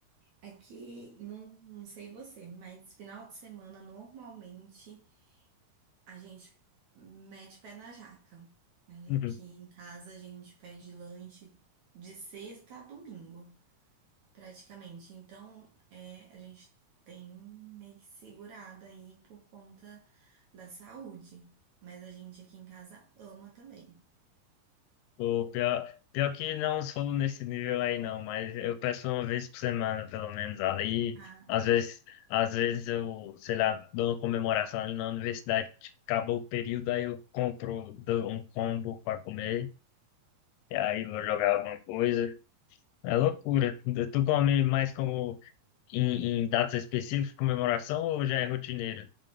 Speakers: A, on the right; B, on the left.
A: aqui, não, não sei você, mas final de semana, normalmente, a gente mete pé na jaca. É,
B: <laughs>
A: Aqui em casa, a gente pede lanche de sexta a domingo. praticamente. Então, é, a gente tem meio que segurado aí por conta da saúde. Mas a gente aqui em casa ama também.
B: O pior, pior que não sou nesse nível aí não, mas eu peço uma vez por semana, pelo menos. Ali,
A: Ah,
B: às vezes, às vezes eu, sei lá, dou uma comemoração ali na universidade, tipo, acabou o período, aí eu compro dou um combo para comer, e aí vou jogar alguma coisa. É loucura. Tu come mais como em, em datas específicas, comemoração, ou já é rotineiro?